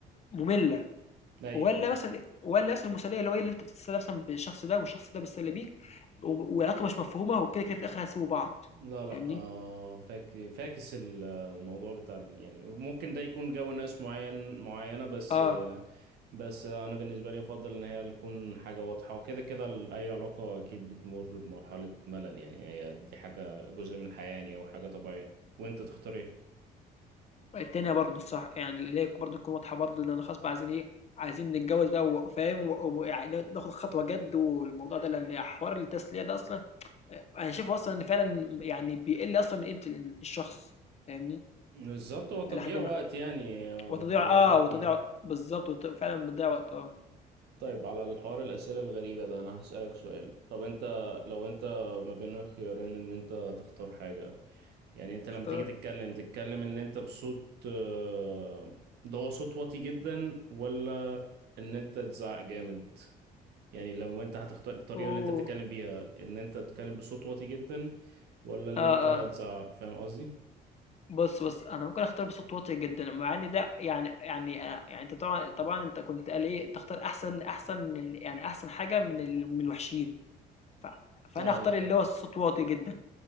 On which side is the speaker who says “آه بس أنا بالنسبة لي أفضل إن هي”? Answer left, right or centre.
Right